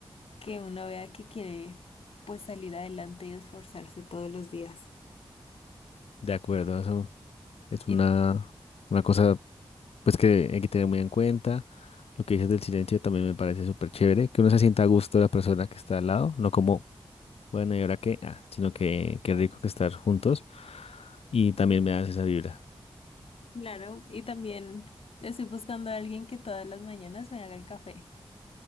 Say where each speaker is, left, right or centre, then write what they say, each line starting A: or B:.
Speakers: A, on the left; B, on the left.
A: que uno vea que quiere pues salir adelante y esforzarse todos los días.
B: De acuerdo, eso es
A: Y
B: una, una cosa pues que hay que tener muy en cuenta. Lo que dices del silencio también me parece súper chévere, que uno se sienta a gusto de la persona que está al lado, no como, bueno, ¿y ahora qué? Ah, sino que qué rico que estar juntos. Y también me das esa vibra.
A: Claro, y también estoy buscando a alguien que todas las mañanas me haga el café.